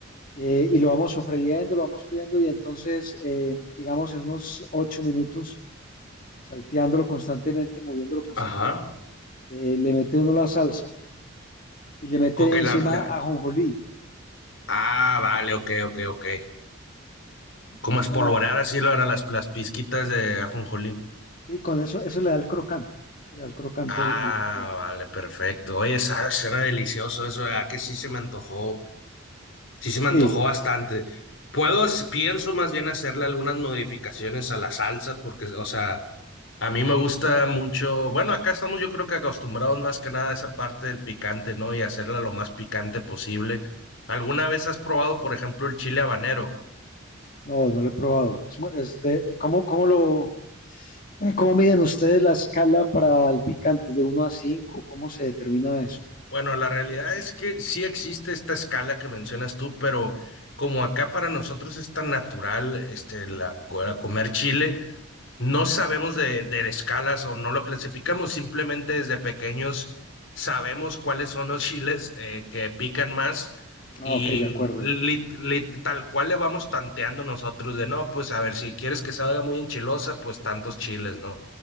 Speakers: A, on the left (about 40°); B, on the left (about 60°).
A: eh, y lo vamos sofriendo, lo vamos friendo y entonces, eh, digamos, en unos ocho minutos, salteándolo constantemente, moviéndolo constantemente,
B: ajá.
A: eh, le mete uno la salsa y le mete
B: Ok,
A: encima
B: la, la-
A: ajonjolí.
B: Ah, vale, ok, ok, ok. Como espolvorear
A: Ahora,
B: así lo eran las, las pizquitas de ajonjolí.
A: Sí, con eso, eso le da el crocante, eso le da el crocante
B: Ah,
A: al, al plato.
B: vale, perfecto. Oye, esa suena delicioso eso, ¿verdad? Que sí se me antojó, sí se
A: Sí,
B: me antojó bastante. Puedo, pienso más bien hacerle algunas modificaciones a la salsa, porque, o sea, a mí me gusta mucho, bueno, acá estamos yo creo que acostumbrados más que nada a esa parte del picante, ¿no? Y hacerla lo más picante posible. ¿Alguna vez has probado, por ejemplo, el chile habanero?
A: no, no lo he probado. Es, mu- es de, ¿cómo, cómo lo, cómo miden ustedes la escala para el picante de uno a 5? ¿Cómo se determina eso?
B: Bueno, la realidad es que sí existe esta escala que mencionas tú, pero como acá para nosotros es tan natural este, la, la comer chile, no sabemos de, de escalas o no lo clasificamos, simplemente desde pequeños sabemos cuáles son los chiles eh, que pican más
A: Ah,
B: y
A: ok, de acuerdo.
B: lit- lit- tal cual le vamos tanteando nosotros de, no, pues a ver, si quieres que salga muy enchilosa, pues tantos chiles, ¿no?